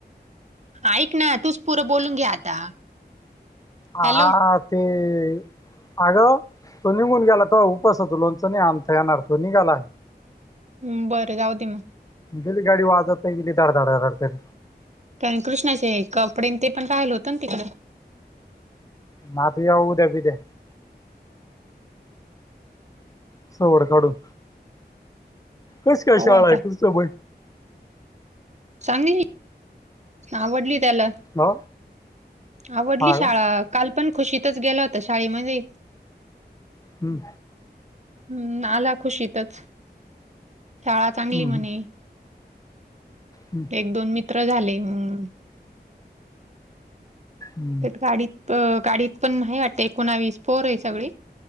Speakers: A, on the right; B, on the left.
A: ऐक ना तूच पुरं बोलून घ्या आता.
B: ह
A: हॅलो
B: हा ते ते आ. तो निघून गेला तो उपास हो. त नाही आणता येणार तो निघाला.
A: हम् बरं जाऊ दे मग
B: गेली गाडी वाजत नाही गेली डधडधडतरी
A: कारण कृष्णाचे कपडे ते पण राहिलं होतं ना तिकडं.
B: मात याव उद्या पिद्या सोड काडून कशी काय
A: पाहू
B: शाळा
A: आता
B: आहे कुर्चं ब
A: चांगली आवडली. त्याला
B: हा
A: आवडली
B: हा
A: शाळा
B: का?
A: काल पण खुशीतच गेल होत शाळेमध्ये.
B: हम्म,
A: हम्म आला. खुशीतच शाळा चांगली
B: हम्म,
A: म्हणे.
B: हम्म,
A: एक दोन मी त्र झाले मअअ
B: हम्म,
A: तर गाडी अ गाडीत पण नाही वाटत एकोणावीस पोर आहे सगळी